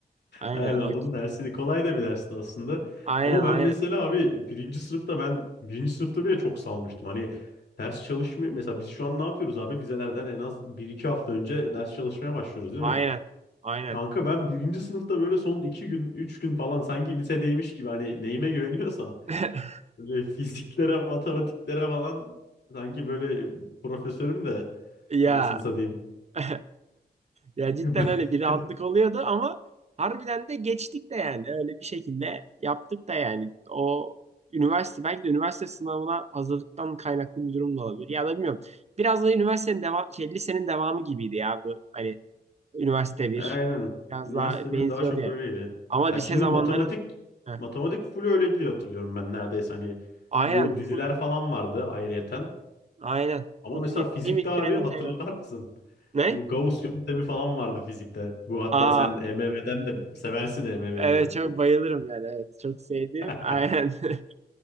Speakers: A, on the right; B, on the left.
A: Aynen
B: Aynen onun
A: o,
B: dersiydi. Kolay da bir dersti aslında.
A: aynen
B: Ama
A: aynen
B: ben mesela abi birinci sınıfta ben birinci sınıfta bile çok salmıştım. Hani ders çalışmıyor. Mesela biz şu an ne yapıyoruz abi? Vizelerden en az bir iki hafta önce ders çalışmaya başlıyoruz değil
A: aynen
B: mi?
A: aynen.
B: Kanka ben birinci sınıfta böyle son iki gün, üç gün falan sanki lisedeymiş gibi hani neyime güveniyorsam
A: <laughs>
B: böyle fiziklere, matematiklere falan sanki böyle profesörüm de
A: Ya
B: anasını satayım.
A: <laughs> ya cidden
B: <laughs>
A: öyle bir rahatlık oluyordu ama harbiden de geçtik de yani öyle bir şekilde yaptık da yani o üniversite belki de üniversite sınavına hazırlıktan kaynaklı bir durum da olabilir ya da bilmiyorum. Biraz da üniversitenin devam şey lisenin devamı gibiydi ya bu hani Üniversite bir.
B: Aynen.
A: Biraz
B: Üniversite
A: daha benziyor
B: bir daha çok
A: diye.
B: öyleydi.
A: Ama
B: Ya
A: lise
B: şimdi
A: zamanları
B: matematik
A: Heh.
B: matematik full öyleydi diye hatırlıyorum ben neredeyse hani
A: Aynen
B: bu diziler
A: full
B: falan vardı ayrıyeten.
A: aynen
B: Ama
A: full
B: mesela
A: li-
B: fizikte
A: limit
B: abi
A: türev integral.
B: hatırlar mısın?
A: Ne?
B: Bu Gauss yöntemi falan vardı fizikte. Bu hatta
A: Aa
B: sen EMV'den de seversin EMV'yi
A: evet
B: de.
A: çok bayılırım yani evet çok sevdiğim
B: <laughs>
A: aynen. <laughs>